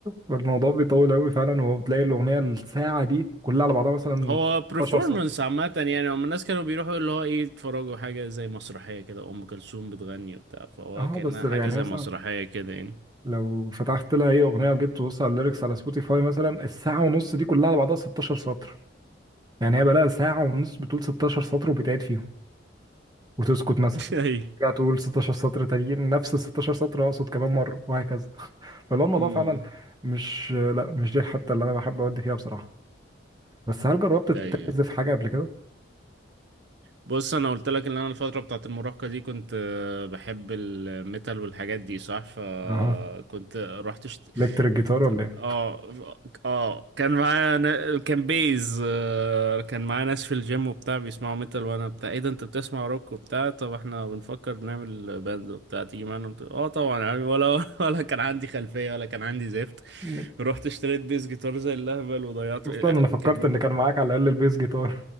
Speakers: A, on the right (about 20°); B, on the right (about 60°).
A: فالموضوع بيطول قوي فعلا وبتلاقي الاغنيه الساعه دي كلها على بعضها مثلا
B: هو performance
A: 12 سطر
B: عامة يعني هم الناس كانوا بيروحوا اللي هو ايه يتفرجوا حاجة زي مسرحية كده أم كلثوم بتغني وبتاع فهو
A: اه
B: كأنها
A: بس يعني
B: حاجة زي
A: مثلا
B: مسرحية كده يعني
A: لو فتحت لها اي اغنيه وجيت تبص على الليركس على سبوتيفاي مثلا الساعه ونص دي كلها على بعضها 16 سطر يعني هي بقى لها ساعه ونص بتقول 16 سطر وبتعيد فيهم وتسكت مثلا
B: <laughs> اي
A: ترجع تقول 16 سطر تانيين نفس ال 16 سطر اقصد كمان مره وهكذا <laughs> فاللي هو الموضوع
B: امم
A: فعلا مش لا مش دي الحته اللي انا بحب اودي فيها بصراحه بس هل جربت يعني
B: ايوه
A: تعزف حاجه قبل كده؟
B: بص انا قلت لك ان انا الفتره بتاعت المراهقه دي كنت آه، بحب الميتال والحاجات دي صح فكنت
A: اها آه.
B: رحت شت...
A: الكتريك جيتار ولا
B: اه اه كان معايا نا... كان بيز آه، كان معايا ناس في الجيم وبتاع بيسمعوا ميتال وانا بتاع ايه ده انت بتسمع روك وبتاع طب احنا بنفكر نعمل باند وبتاع تيجي معانا قلت اه طبعا يعني ولا <laughs> ولا كان عندي خلفيه ولا كان عندي زفت
A: ايه؟
B: رحت اشتريت بيز جيتار زي اللهبل وضيعت
A: اصلا انا فكرت
B: كان
A: ان كان معاك على الاقل البيس جيتار